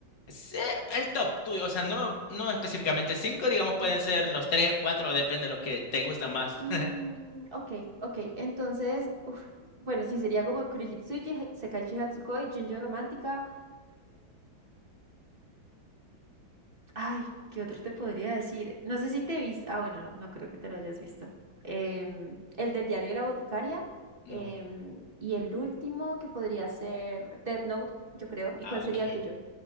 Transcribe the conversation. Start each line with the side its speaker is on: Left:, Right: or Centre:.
Left: Sí, el top tuyo, o sea, no, no específicamente cinco, digamos, pueden
Right: Cinco,
Left: ser
Right: ok.
Left: los tres, cuatro, depende de los que te gustan más.
Right: Mm,
Left: <laughs>
Right: ok, ok. Entonces, uf, bueno, sí, sería como Kurojitsuji, He- Sekaiichi Hatsukoi, Junjo Romántica, Ay, ¿qué otro te podría decir? No sé si te viste. Ah, bueno, no, no creo que te lo hayas visto. Em, el del diario de la boticaria.
Left: No.
Right: em, y el último que podría ser Death Note, yo creo. ¿Y
Left: Ah,
Right: cuál sería
Left: ok.
Right: el tuyo?